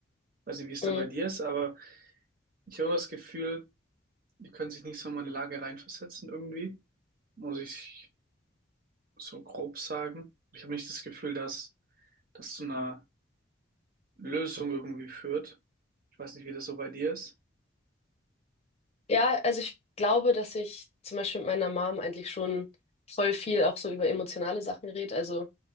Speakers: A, on the right; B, on the left.
A: Weiß nicht, wie es
B: Mhm.
A: da bei dir ist, aber ich habe immer das Gefühl, Die können sich nicht so in meine Lage reinversetzen irgendwie, muss ich so grob sagen. Ich habe nicht das Gefühl, dass das zu einer Lösung irgendwie führt. Ich weiß nicht, wie das so bei dir ist.
B: Ja, also ich glaube, dass ich zum Beispiel mit meiner Mom eigentlich schon voll viel auch so über emotionale Sachen rede. Also